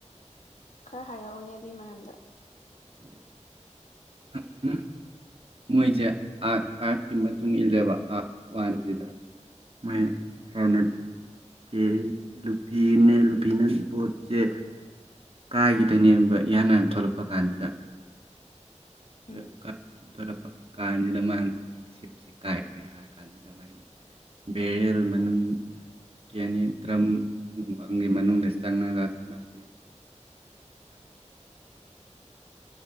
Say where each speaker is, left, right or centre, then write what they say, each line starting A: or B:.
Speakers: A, on the left (about 80°); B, on the right (about 50°).
A: ꯈꯔ ꯍꯥꯏꯔꯛꯎꯅꯦ ꯑꯗꯨꯏ ꯃꯔꯝꯗ
B: <unintelligible> <unintelligible>
A: ꯎꯝ
B: <unintelligible> <unintelligible> <unintelligible>